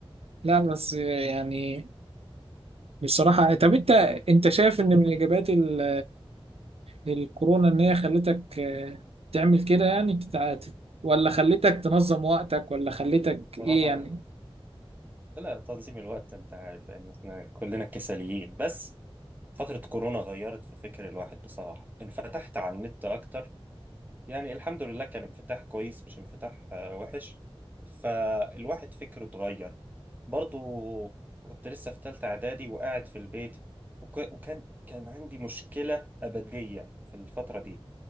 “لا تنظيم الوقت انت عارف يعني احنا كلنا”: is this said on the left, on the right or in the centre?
Right